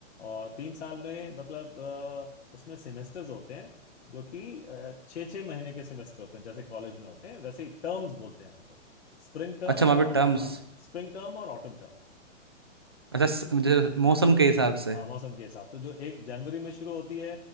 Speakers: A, on the left (about 60°); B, on the right (about 20°).
A: और तीन साल में मतलब अ, उसमें सेमेस्टर्स होते हैं जो कि अ, छः छः महीने के सेमेस्टर होते हैं जैसे कॉलेज में होते हैं वैसे ही टर्म्स बोलते हैं उनको स्प्रिंग टर्म
B: अच्छा वहाँ
A: और
B: पे टर्म्स
A: हाँ स्प्रिंग टर्म और ऑटम टर्म
B: अच्छा स-
A: तो
B: मुझे मौसम के हिसाब से
A: हाँ मौसम के हिसाब से जो एक जनवरी में शुरू होती है